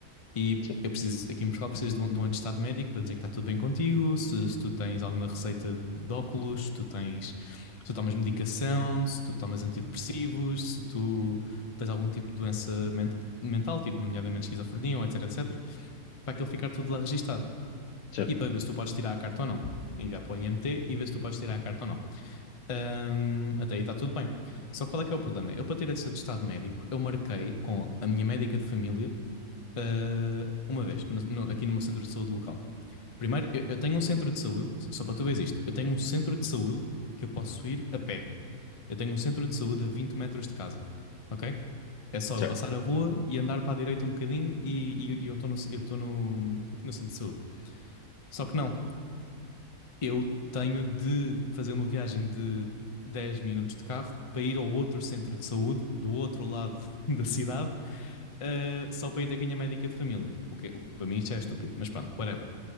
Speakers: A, on the left; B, on the left.
A: E
B: sim,
A: eu preciso, aqui em Portugal, precisas de um, de um atestado médico para dizer que está tudo bem contigo, se, se tu tens alguma receita de óculos, se tu tens, se tu tomas medicação, se tu tomas antidepressivos, se tu tens algum tipo de doença mental, mental tipo nomeadamente esquizofrenia, ou etc, etc, para aquilo ficar tudo lá registado
B: certo,
A: e para ver se tu podes tirar a carta ou não. Enviar para o IMT e ver se tu podes tirar a carta ou não. Ahm, até aí está tudo bem. Só qual é que é o problema? Eu, para ter esse atestado médico, eu marquei com a minha médica de família Uh, uma vez, no- no- aqui no meu centro de saúde local. Primeiro, eu, eu tenho um centro de saúde, só para tu veres isto, eu tenho um centro de saúde que eu posso ir a pé. Eu tenho um centro de saúde a 20 metros de casa, ok? É só
B: certo,
A: eu passar a rua e andar para a direita um bocadinho e, e- e eu estou no, eu estou no, no centro de saúde. Só que não, eu tenho de fazer uma viagem de 10 minutos de carro para ir ao outro centro de saúde, do outro lado <laughs> da cidade, uh, só para ir ter com a minha médica de família. O que, o que para mim isto já é estúpido, mas pronto, whatever.